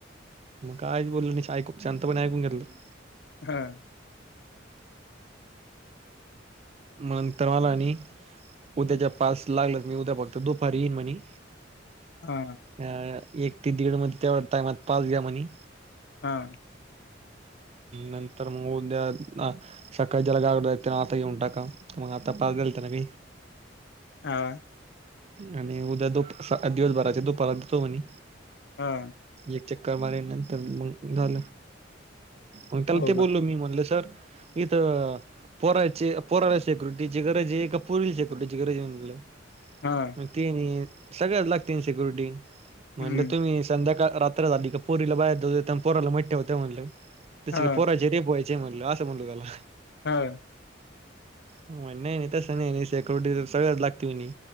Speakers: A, on the right; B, on the left.
A: मग कायच बोललं नाही. ऐकु शांतपणे ऐकून घेतलं.
B: हा <inaudible>
A: मग तर मला नी. उद्याच्या पास लागलं तर मी उद्या फक्त दुपारी येईन म्हणी.
B: हा
A: अ एक ते दीड मध्ये तेवढं टायमात पास घ्या म्हणी.
B: हां.
A: नंतर मग उद्या आ- सकाळीच्याला गावाला जायचं त्यानी आता घेऊन टाका मग आता पास दिल काही.
B: हा
A: आणि उद्या दुप दिवसभराच्या दुपारला देतो म्हणे.
B: हा
A: एक चक्कर मारीन नंतर मग झालं. मग त्याला
B: हो
A: ते
B: का?
A: बोललो मी म्हणलं सर इथं- पोराचे पोराला सिक्युरिटीज गरज आहे का पुरील सेक्युरिटीची गरज आहे म्हणलं.
B: हा
A: मग ते म्हणे सगळ्यालाच लागते म्हणे सिक्युरिटी म्हणलं
B: हं,
A: तुम्ही संध्याकाळी रात्र- रात्र झाली का पोरीला बाहेर जाऊ देता, आणी पोराला मधी ठेवता म्हणलं त्याची
B: हां,
A: काय पोरा- जी डी एफ व्हायचे म्हटलं असं म्हटलो त्याला-
B: हा
A: हो नाही नाही तस नाही नाही सेक्यरिटी सगळंच लागते म्हणे.